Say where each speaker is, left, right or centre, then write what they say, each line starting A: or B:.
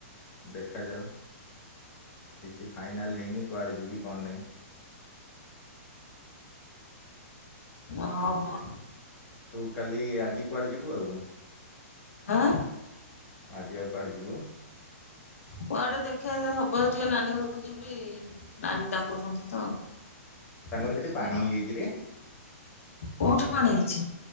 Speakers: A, on the left (about 25°); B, on the left (about 70°).
A: ଦେଖାଯାଉ କିଛି ଫାଇନାଲ ହେଇନି କୁଆଡ଼େ ଯିବି କଣ ନାହିଁ।
B: ଅହ ହ।
A: ତୁ କାଲି ଆଜି କୁଆଡ଼େ ଯିବୁ ଆଉ?
B: ହାଁ।
A: ଆଜିି ଆଉ କୁଆଡେ ଯିବୁ?
B: କୁଆଡେ ଦେଖିବା ଯ ହବ ଯଦି ଟିକେ ନାନୀ ଘରକୁ ଯିବି। ନାନୀ ତାକୁଛନ୍ତି ତ।
A: ତାଙ୍କର
B: ଦେଖିବା
A: ହେଟି ପାଣି ହେଇ ଯାଇଚିରେ।
B: କୋଉଠି ପାଣି ହେଇଚି?